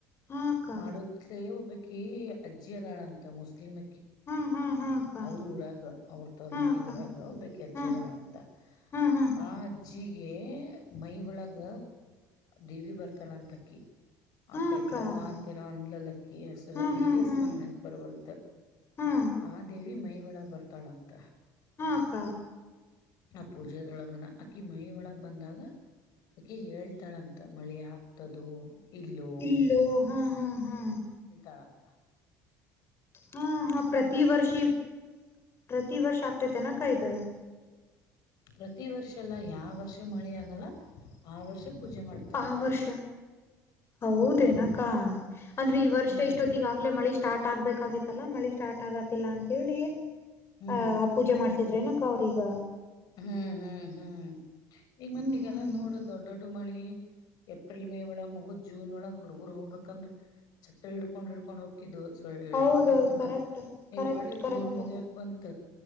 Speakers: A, on the left; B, on the left.
A: ಹಾ ಅಕ್ಕ
B: ಮಾಡದ ಹೋಗಬಬೇಕ ಕ ಅಜ್ಜಿಯದಳಂತ ಮುಸ್ಲಿಮ
A: ಹಾ ಹಾ ಹಾ ಅಕ್ಕ
B: ಅವ್ರ ಊರಾಗ ಅವ್ರ ತವ್ರ
A: ಹಾ
B: ಮನ
A: ಅಕ್ಕ
B: ಊರಾಗ ಬೇಕೆ ಅಜ್ಜಿದಳ
A: ಹಾ
B: ಅಂತ
A: ಹಾ ಹಾ
B: ಆಜ್ಜ ಜಿಗೆ ಮೈ ಒಳಗ ದೇವಿ ಬರ್ತಾಳ ಅಂತ ಅಕ್ಕಿ ಆ
A: ಹಾ
B: ಪೆಡ್ಲಮ್ಮ
A: ಅಕ್ಕ
B: ತಿಿನೋ ಅನ್ಲಕ್ಕ ಈ ಹೆಸರ
A: ಹಾ
B: ದೇವಿ
A: ಹಾ
B: ಹ ಹೆಸರುರಂಗ
A: ಹಾ
B: ನಾನನ್ ಬರಬಲ್
A: ಹಾ
B: ಆ ದೇವಿ ಮೈ ಒಳಗ್ ಬರ್ತಾಳಂತ
A: ಹಕ
B: ಆ ಪೂಜೆದೊಳಗನ ಅಕ್ಕಿ ಮೈ ಒಳಗ್ ಬಂದಾಗ ಅಕ್ಕಿ ಹೇಳ್ತಾಳಂತ ಮಳೆ ಆಗ್ತದ ಇಲ್ಲಲು
A: ಇಲ್ಲೋ ಹಾ ಹಾ ಹಾ
B: ಹೇಳ್ತಾಳ ಅಂತ
A: ಹಾ ಹಾ ಪ್ರತಿ ವರ್ಷಿ ಪ್ರತಿ ವರ್ಷ ಆಗ್ತತೆನಾ ಕಾಯ್ದ
B: ಪ್ರತಿ ವರ್ಷ ಎಲ್ಲ ಯಾವ ವರ್ಷ ಮಳೆ ಆಗಲ್ಲ ಆ ವರ್ಷ ಪೂಜೆ ಮಾಡ್ತಾರಂತ
A: ಆ ವರ್ಷ ಹೌದೇನಕ್ಕ
B: ಹ್ಮ್
A: ಅಂದ್ರೆ ಈ ವರ್ಷ
B: ಹ್ಮ್
A: ಇಷ್ಟೊತ್ತಿಿಗೆ ಆಾಗಲೇ ಮಳಿ ಸ್ಟಾರ್ಟ್ ಆಗ್ಬೇಕ ಆಗತ್ತಲ್ಲಾ ಮಳಿ ಸ್ಟಾರ್ಟ್ ಆಗತಿಲ್ಲ ಅಂತ ಹೇಳಿ
B: ಹ್ಮ್
A: ಆ ಆ ಪೂಜೆ ಮಾಡ್ಸಿದ್ರೆನಕ್ಕ ಅವ್ರೀಗ
B: ಹ್ಮ್ ಹ್ಮ್ ಹ್ಮ್ ಈಗ ಮತ್
A: ಹ್ಮ್
B: ಈಗೆಲ್ಲಾ
A: ಹ್ಮ್
B: ನೋಡು
A: ಹ್ಮ್
B: ದೊಡ್ಡ ದೊಡ್ಡ ಮಳಿ ಏಪ್ರಿಲ್ ಮೇ ಒಳಗ ಮುಗುದ್ ಜೂನ್ ಒಳಗ ಹುಡ್ಗೂರ್ ಹೋಗ್ಬೇಕಂದ್ರ ಛತ್ರ ಹಿಡ್ಕೊಂಡ್ ಹಿಡ್ಕೊಂಡ್ ಹೋಗ್ಕಿದ್ದು. ರೆಣಕೊಟ್
A: ಹೌದೌದು
B: ಹಾಕೊಂಡ್
A: ಕರೆಕ್ಟ್ ಕರೆಕ್ಟ್
B: ಈಗ ಹೋಳ್ಳಿ
A: ಕರೆಕ್ಟ್
B: ಜೂನ್ ಮುಗ್ಯಕ್ ಬಂತ